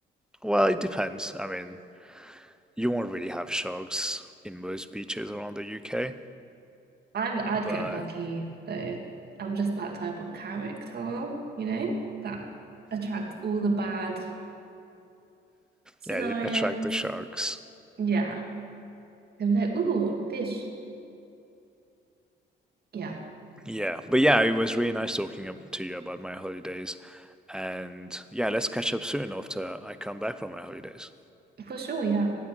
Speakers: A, in the centre; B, on the right (about 55°).
A: well, it depends. I mean, you won't really have sharks in most beaches around the UK,
B: I'm I'd
A: but
B: get lucky though. I'm just that type of character, you know, that attracts all the bad scenarios.
A: yeah, you attract the sharks.
B: Yeah. They'll be like, ooh, fish. Yeah,
A: Yeah, but yeah, it was really nice talking ab- to you about my holidays. And yeah, let's catch up soon after I come back from my holidays.
B: for sure, yeah.